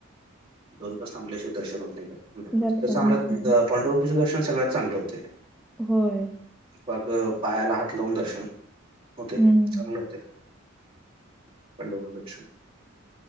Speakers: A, on the right; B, in the centre.
A: दोन तास थांबल्याशिवाय दर्शन होत नाही इकड पंढरपुरचं
B: दर्शन
A: तेच सांगायल्यात
B: होत नाही.
A: पंढरपूरच दर्शन अ सगळ्यात चांगलं होतय.
B: होय.
A: बाग पायाला हात लावून दर्शन होतयं
B: हं.
A: चांगले होतयं. पंढरपूर दर्शन.